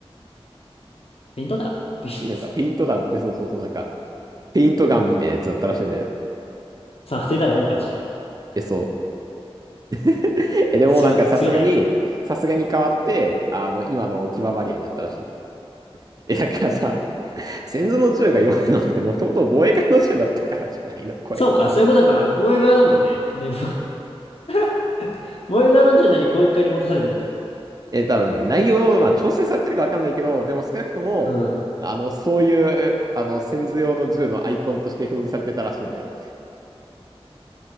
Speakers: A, on the left (about 75°); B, on the right (about 40°).
A: ペイントだ。ペイント。
B: なんかペイント弾見て、そうそうそう、なんか、ペイントガンみたいなやつだったらしいんだよ。
A: <laughs> さあ、当てたらほぼ勝ちじゃん。
B: え、そう。<laughs> え、でもなんかさすがに、
A: 強、強ない。
B: さすがに変わって、あの、今のキババリアになったらしい。え、だからさ、先祖の銃が弱いのってもともと防衛艦の銃だったからじゃないの、これ。
A: そうか、そういうことか。防衛側だもんね。で、ぼ <laughs> 防衛側の柔軟にこう一回に持たされてるってこと。
B: え、多分内容、まあ調整されてるかわかんないけど、でも少なくとも、
A: うん。
B: あの、そういう、あの、先祖用の銃のアイコンとして表示されてたらしいんだよね。